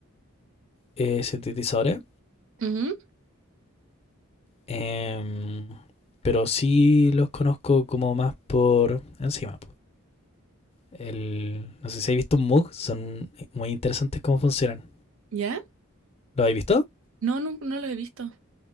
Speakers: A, on the left; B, on the right.
A: eh, sintetizadores,
B: Ujú.
A: Em, pero sí los conozco como más por encima. El, no sé si habéis visto un MOOC, son muy interesantes cómo funcionan.
B: ¿Ya?
A: ¿Lo habéis visto?
B: No, no, no lo he visto.